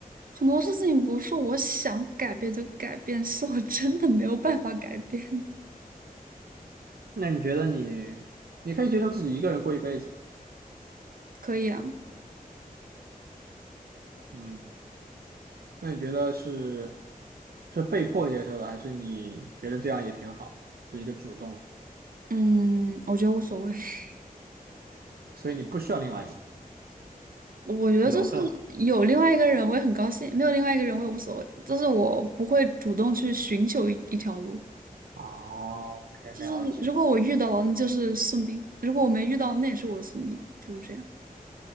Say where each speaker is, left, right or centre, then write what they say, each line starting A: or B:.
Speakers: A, on the right (about 65°); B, on the right (about 85°).
A: 很多事情不是我想改变就改变，是我真的没有办法改变。
B: 那你觉得你你可以接受自己一个人过一辈子
A: 可以啊，
B: 嗯，那你觉得是是被迫接受的，还是你觉得这样也挺好，是一个主动的
A: 嗯，我觉得无所谓。<laughs>
B: 所以你不需要另外一个人
A: 我觉得就是有另外一个人，
B: 有更好。
A: 我也很高兴；没有另外一个人，我也无所谓。就是我不会主动去寻求一一条路，
B: 哦可以了解。
A: 就是如果我遇到了，那就是宿命；如果我没遇到，那也是我的宿命，就是这样。